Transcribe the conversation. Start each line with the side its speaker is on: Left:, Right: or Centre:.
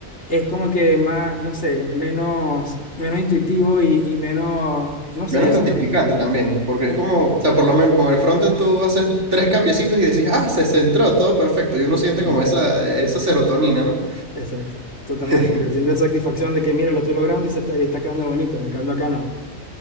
Left: es como que más, no sé, menos, menos intuitivo y, y menos, no sé,
Right: Menos
Left: yo
Right: gratificante
Left: siento que...
Right: también, porque es
Left: me-
Right: como, o
Left: Sí.
Right: sea, por lo menos con el frontend tú haces tres cambiecitos y decís, ah, se centró, todo perfecto. Y uno
Left: Ujú.
Right: siente como esa, esa serotonina, ¿no?
Left: Exacto, totalmente,
Right: <laughs>
Left: porque sientes satisfacción de que mira, lo estoy logrando y se está, y está quedando bonito, en cambio acá no.